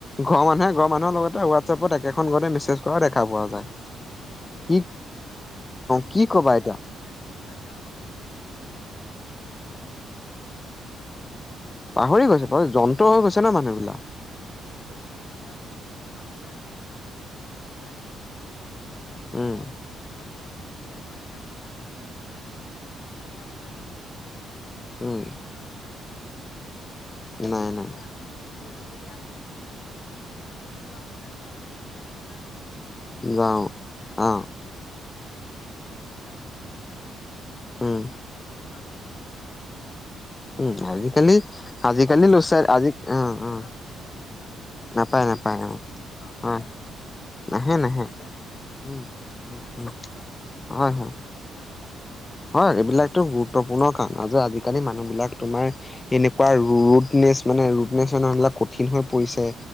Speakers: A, on the left; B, on the left.
A: ঘৰৰ মানুহে ঘৰ মানুহ লগতে হোৱাটছএপত একেখন ঘৰতে মেছেজ কৰাও দেখা পোৱা যায়।
B: তাকে তাকে
A: কি
B: সেইটো দেখা গৈছে বাৰু
A: কি
B: এই
A: কবা
B: আচলতে
A: এতিয়া
B: সেইবিলাক সেইবিলাক কাৰণৰ ফলতে কি হৈছে গম পাইছা নাই এতিয়া মানুহ বিলাকে হাঁহিবলৈও পাহৰি গৈছে।
A: পাহৰি
B: গম পাইছা
A: গৈছে
B: নে নাই
A: বাৰু যন্ত্ৰ হৈ গৈছে
B: অ'
A: ন মানুহ বিলাক
B: সেইটোতো কথাটো এতিয়া সকলো মানুহ বিলাক আজিকালি অকল মোবাইল চাই থাকে গম পাইছ নে নাই
A: উম
B: চব তোমাৰ ঘৰ খনত যদি চাৰিটা মানুহ থাকে তেনেহলে চাৰিটা মানুহে চাৰিটা মোবাইল লৈ ব্যস্ত হৈ যাব।
A: উম
B: কোনেও কাৰো সৈতে কথা পাতিবলৈ সময় নাই
A: নাই
B: এতিয়া
A: নাই
B: আলহী এজন যদি আহে তেনেহলে আমি আকৌ আগতে আকৌ আলহী আহিলে আমি ওলাই যাওঁ বাহিৰলৈ
A: যাওঁ
B: আমি
A: অ
B: আলহীয়ে কথা পাতি থাকে আমি তাত গৈ মেলি চাই থাকোঁ গৈ এনে হলেও।
A: উম
B: কিন্তু আমি আমিও আলহীৰ সতে কথা পাতো গম পাইছা নে নাই।
A: উম
B: কিন্তু
A: আজিকালি
B: এতি
A: আজিকালি
B: অ' এতিয়া ল'ৰা ছোৱালী
A: আজি
B: চাবাচোন
A: অ
B: ঘৰত
A: অ
B: আছে নে নাই গমেই নাপায়।
A: নাপায়
B: গম
A: নাপায়
B: পাইছা নাই
A: অ
B: ৰুমৰ ভিতৰৰ পৰা ওলায়ে
A: অ
B: নাহে।
A: নাহে
B: এই সেইবিলাকে
A: নাহে
B: আচলতে হাঁহি
A: উম
B: হাঁহিবলৈ
A: উম
B: পাহৰি
A: উম
B: যোৱা
A: হয়
B: কাৰণৰ
A: হয়
B: ভিতৰত সেইবিলাক
A: হয়, এইবিলাকতো গুৰুত্বপূৰ্ণ কাৰণ যে আজিকালি
B: হয়
A: মানুহবিলাক
B: হয়
A: তোমাৰ এনেকুৱা ৰুদনেছ মানে ৰুদনেছ হৈ মানুহবিলাক কঠিন হৈ
B: অ
A: পৰিছে।